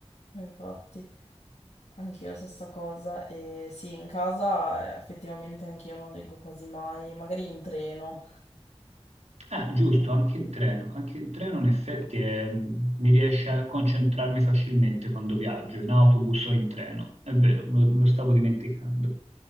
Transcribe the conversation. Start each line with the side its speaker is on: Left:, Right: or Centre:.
Left: Infatti, anch'io stessa cosa. E sì, in casa eh, effettivamente anch'io non leggo quasi mai, magari in treno.
Right: Ah, giusto,
Left: Eh,
Right: anche in treno. Anche in treno in effetti è- mi riesce a concentrarmi facilmente quando viaggio, in autobus o in treno. È vero, me lo me lo stavo dimenticando.